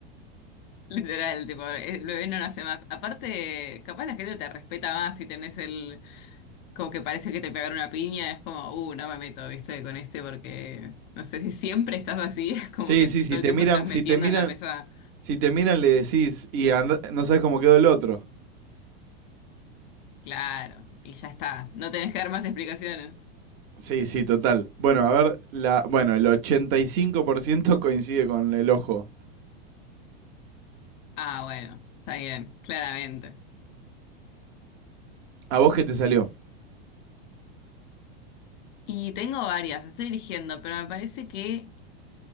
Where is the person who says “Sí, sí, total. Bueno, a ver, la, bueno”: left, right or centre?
Right